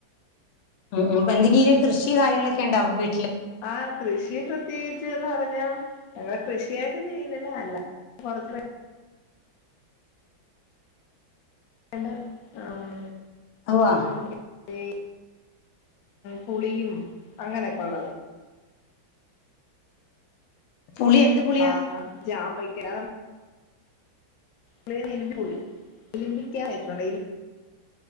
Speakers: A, on the left; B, on the left.
A: ഉം ഉം എന്തെങ്കീലും കൃഷിം കാര്യങ്ങളൊക്കെ ഉണ്ടോ വീ
B: ആഹ് കൃഷി പ്രത്യേകിച്ച്ന്ന് പറഞ്ഞാ ഞങ്ങള് കൃഷിയായിട്ട് ചെയ്യുന്നില്ല അല്ലാ കുറച് <unintelligible>
A: ഓ
B: ഈ പുളിയും അങ്ങനൊക്കെ ഒള്ളത്
A: പുളി എന്ത് പുളിയാ
B: മാങ്ങ ജാമ്പക്ക <unintelligible> ഇളിന്തിക്കാന്ന് കേട്ടിട്ടുണ്ടോ